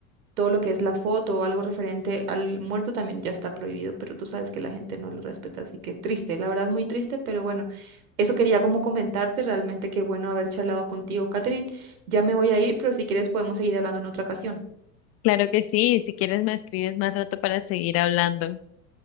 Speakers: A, on the right; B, on the left.
A: todo lo que es la foto o algo referente al muerto también ya está prohibido, pero tú sabes que la gente no lo respeta, así que triste, la verdad muy triste, pero bueno, eso quería como comentarte, realmente qué bueno haber charlado contigo, Catherine. Ya me voy a ir, pero si quieres podemos seguir hablando en otra ocasión.
B: Claro que sí, si quieres me escribes más rato para seguir hablando.